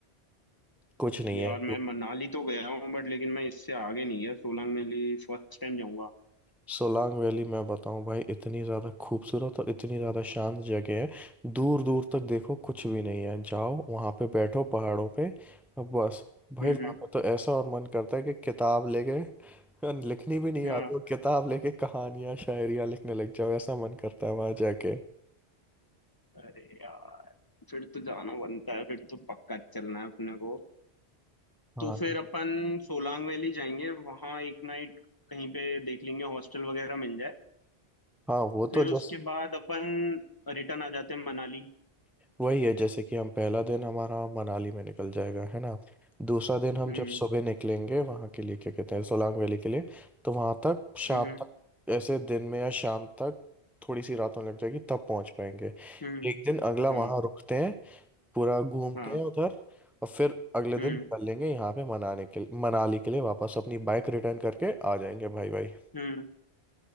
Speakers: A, in the centre; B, on the left.
A: कुछ नहीं
B: यार
A: है
B: मैं मनाली तो गया हूँ बट लेकिन मैं इससे आगे नहीं गया सोलांग वैली फर्स्ट टाइम जाऊंगा
A: सोलांग वैली मैं बताऊं भाई इतनी ज़्यादा खूबसूरत और इतनी ज़्यादा शांत जगह है दूर दूर तक देखो कुछ भी नहीं है जाओ वहाँ पे बैठो पहाड़ों पे और बस भाई
B: हम्म
A: वहाँ
B: हम्म
A: पे तो ऐसा और मन करता है कि किताब लेके <laughs> लिखनी भी नहीं
B: हाँ
A: आती और किताब लेके कहानियाँ शायरियाँ लिखने लग जाओ ऐसा मन करता है वहाँ जाके
B: अरे यार फिर तो जाना बनता है फिर तो पक्का चलना है अपने को
A: हाँ
B: तो फिर अपन सोलांग वैली जाएंगे वहां एक नाइट कहीं पे देख लेंगे हॉस्टल वगैरह मिल जाए
A: हाँ वो
B: फिर
A: तो जैसे
B: उसके बाद अपन रिटर्न आ जाते हैं मनाली
A: वही है जैसे कि हम पहला दिन हमारा मनाली में निकल जाएगा है ना दूसरा दिन हम
B: हम्म
A: जब सुबह निकलेंगे वहाँ के लिए क्या कहते हैं सोलांग वैली के लिए तो वहाँ तक शाम
B: हम्म
A: तक ऐसे दिन में या शाम तक थोड़ी सी रात होने लग जाएगी तब पहुँच पाएंगे
B: हम्म
A: एक दिन अगला
B: हाँ
A: वहाँ रुकते हैं पूरा घूमते
B: हाँ
A: हैं उधर और फिर अगले
B: हम्म
A: दिन निकल लेंगे यहाँ पे मनाने के लिए- मनाली के लिए वापस अपनी बाइक रिटर्न करके आ जाएंगे भाई भाई
B: हम्म